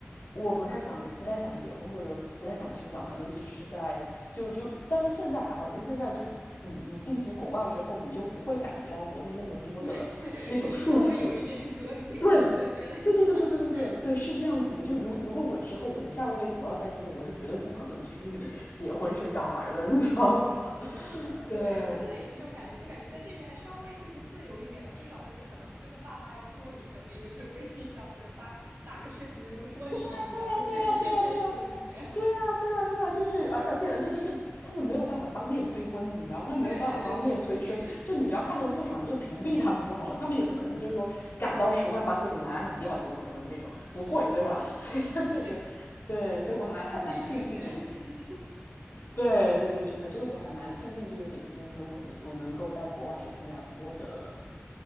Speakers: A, on the left; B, on the right.
A: 我不太想不太想结婚，或者不太想生小孩，尤其是在就就，但是现在还好，因为现在就你你定居国外之后，你就不会感觉到国内那么多的那种束缚。
B: <laughs> 对，稍微有一点隔绝，
A: 对，
B: 隔绝了一下。
A: 对对对对对对对对，
B: <laughs>
A: 是这样子的。就如如果我之后我的下半辈子我要在中国，我是绝对不可能去 <laughs> 结婚生小孩的，你知道吗？
B: 是的，是的，
A: <laughs>
B: 是的，
A: 对，
B: 对，
A: 对
B: 我现在也是这种感觉，就感觉在这边还稍微就是自由一点吧，至少就是可能就算爸妈要说你，可能也就是微信上或者发打个视频的时候说你几句吧，
A: 啊对啊对啊对啊，
B: 不至于天天说你这样。
A: 对啊，对啊，对啊，就是而而且而且就是他们没有办法当面催婚，你知道吗？
B: <laughs>
A: 他没有办法当面催生，
B: 对对对对对，
A: 就你只要看他们不爽，你就屏蔽他们就好了。他们也不可能就是说赶到十万八千里来，啊你一定要给我结婚这种，
B: <laughs>
A: 不会，
B: 是的，
A: 对吧？
B: 是的，
A: <laughs> 所以像这个，
B: 是的，对，<laughs> 心
A: 对，所以我还还蛮庆幸的。
B: 理隔绝是是
A: 对对对，真的，就我还蛮庆幸这个点，就是说我能我能够在国外有更加多的